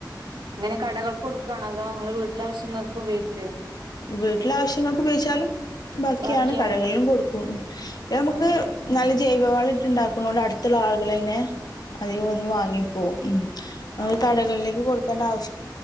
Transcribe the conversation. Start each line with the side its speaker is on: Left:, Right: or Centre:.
Right: അങ്ങനെ കടക കൊട്ക്കണോ അതൊ നിങ്ങൾ വീട്ടിലെ ആശ്യങ്ങൾക് ഉപയോഗി
Left: വീട്ടിലെ ആവശ്യങ്ങൾക്ക് ഉപയോഗിച്ചാലും ബാക്കിയാണ്
Right: ബാക്കിയാവും
Left: കടകളിലും കൊടുക്കും ഉം പിനമക്ക്
Right: ആഹ് ആഹ്
Left: നല്ല ജൈവവാളട്ട് ണ്ടാ ക്ക്ണോണ്ട് അട് ത്ത്ള്ള ആള്കളെന്നെ അധികം വന്ന് വാങ്ങിപ്പോവും ഉം അപ
Right: ആഹ്
Left: കടകളിലേക്ക് കൊടുക്കേണ്ട ആവ